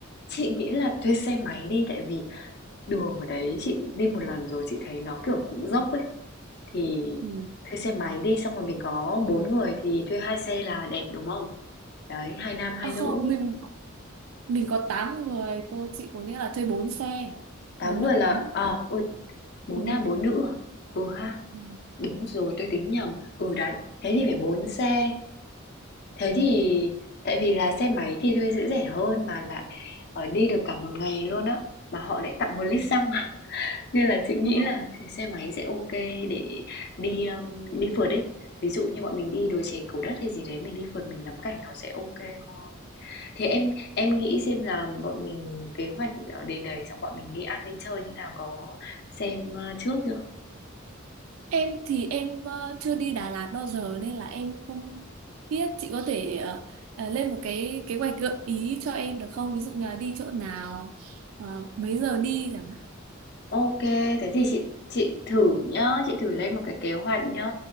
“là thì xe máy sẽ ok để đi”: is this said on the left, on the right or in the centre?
Left